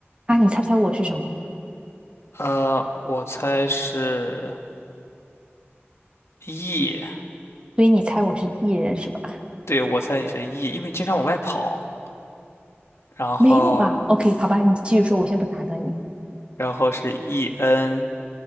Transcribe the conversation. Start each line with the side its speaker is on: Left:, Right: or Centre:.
Right: 啊！你猜猜我是什么？
Left: 呃，我猜是 E，
Right: 所以你猜我是艺人是吧？
Left: 对，我猜你是 E，因为你经常往外跑，然后，
Right: 没有吧？OK，好吧，你继续说，我先不打断你。
Left: 然后是 EN，